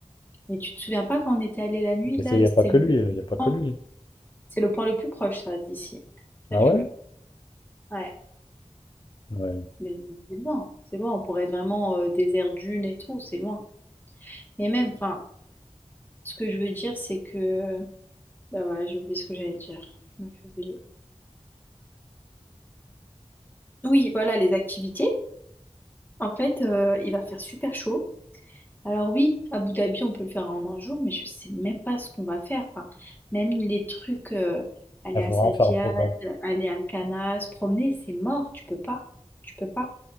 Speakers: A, on the left (about 15°); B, on the left (about 40°).
A: Mais tu te souviens pas quand on était allé la nuit,
B: Et
A: là,
B: il n'y
A: c'était
B: a pas que
A: le,
B: lui, il
A: c'est
B: n'y
A: le
B: a pas que
A: point
B: lui.
A: c'est le point le plus proche, ça, d'ici.
B: Ah
A: Sache-le.
B: ouais?
A: Ouais,
B: Ouais.
A: mais mais c'est loin. C'est loin. On pourrait être vraiment euh, désert dune et tout, c'est loin. Et même, enfin. Ce que je veux dire, c'est que... Ben voilà, j'ai oublié ce que j'allais dire. Je me fais oublier. Oui, voilà, les activités. En fait, euh, il va faire super chaud. Alors oui, à Abu Dhabi, on peut le faire en un jour, mais je sais même pas ce qu'on va faire. Enfin, même les trucs, euh, aller
B: Ah, Il
A: à
B: faudra
A: Saadiyat,
B: en faire un programme.
A: aller à Alcana, se promener, c'est mort. Tu peux pas. Tu peux pas.